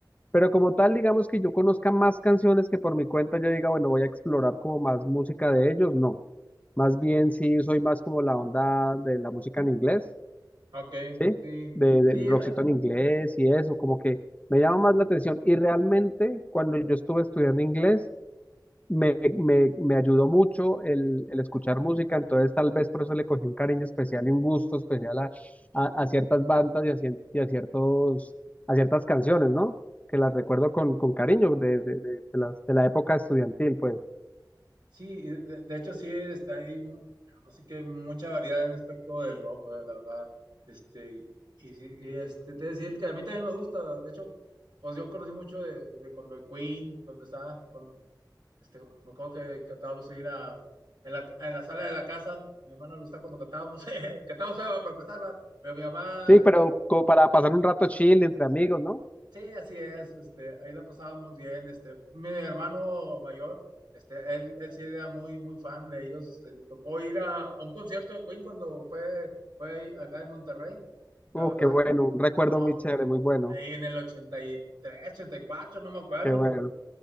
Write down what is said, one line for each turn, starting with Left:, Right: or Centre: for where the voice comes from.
Left: Pero como tal, digamos que yo conozca más canciones que por mi cuenta yo diga, bueno, voy a explorar como más música de ellos, no. Más bien sí soy más como la onda de la música en inglés,
Right: Ok,
Left: ¿sí?
Right: sí.
Left: De, del
Right: Sí, eh,
Left: rockcito en inglés y eso, como que me llama más la atención. Y realmente cuando yo estuve estudiando inglés, me, me, me ayudó mucho el, el escuchar música, entonces tal vez por eso le cogí un cariño especial y un gusto especial a, a, a ciertas bandas y a, cien- y a ciertos, a ciertas canciones, ¿no? Que las recuerdo con, con cariño de, de, de, de las, de la época estudiantil, pues.
Right: sí, y de, de hecho sí está ahí, mu- así que mucha variedad en aspecto del rock, güey, la verdad. Este, y, sí, y, este, te voy a decir que a mí también me gusta, de hecho, pues yo conocí mucho de, de cuando el Queen, para empezar, Este, me acuerdo que cantábamos ir a, en, la, en la sala de la casa. Mi mamá no le gustaba cuando cantábamos, <laughs> cantábamos algo para empezar, ¿verdad? pero mi mamá,
Left: Sí, pero
Right: como,
Left: como para pasar un rato chill entre amigos, ¿no?
Right: sí, así es, este, ahí la pasábamos bien. Este, mi hermano mayor, este, él, él sí era muy, muy fan de ellos. Este, le tocó ir a, a un concierto de Queen cuando fue, fue acá en Monterrey, la
Left: Uf,
Right: verdad.
Left: qué bueno, un recuerdo
Right: No,
Left: muy chévere, muy bueno,
Right: ahí en el ochenta ochenta y tres ochenta y cuatro no me acuerdo,
Left: qué bueno.
Right: le digo.